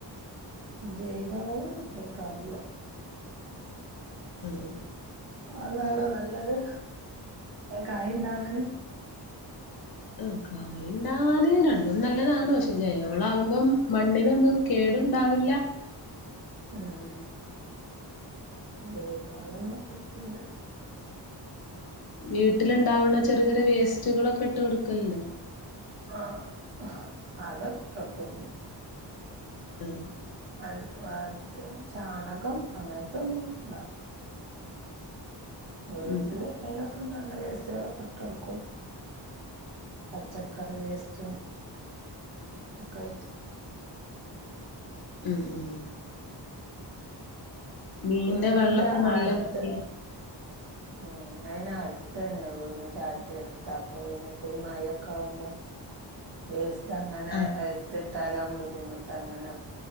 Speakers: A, on the right; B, on the left.
A: ജൈവ വളൊന്നും ഇട്ടു കൊടുക്കാറില്ല
B: അഹ്
A: അതാട നല്ലത് കായ്ണ്ടാവാൻ
B: മ് കായ്ണ്ടാവാന് രണ്ടും നല്ലതാണ് പക്ഷെ ജൈവവളാവുമ്പം മണ്ണിനൊന്നും കേടുണ്ടാവില്ല
A: മ്മ്മ് ജൈവള ഇട്ട് കൊടുത്തില്ല
B: വീട്ടിലുണ്ടാവണ ചെറിയ ചെറിയ വേസ്റ്റുകളൊക്കെ ഇട്ട് കൊടുക്കല് ണ്ടോ
A: ആ ഹ് അത് ഒകെ ണ്ട്
B: ഹ്
A: അത് <unintelligible> ചാണകം അങ്ങനത്തൊന്നും ഇണ്ടാവും വീട്ടില്
B: ഉം
A: അത്രെന്നെ അല്ലതെ വേസ്റ്റുകളൊക്കെ ഇട്ട് കൊടുക്കും പച്ചക്കറി വേസ്റ്റും ഒക്കായിട്ട
B: മ് മ്മ് മീന്റെ
A: വീടിന്റെ
B: വെള്ളൊക്കെ നല്ലതാണല്ലോ
A: അടുത്ത് മ് അയിനടു തന്നെയ വീട് ചാരി എടുത്ത അപ്പൊ പിന്നെ ഇപ്പ ഈ മഴക്കെ ആവുമ്പോ വേസ് ക്ക് അങ്ങനെ <unintelligible>
B: ആഹ്
A: തല ബുദ്ധിമുട്ട് അങ്ങനെ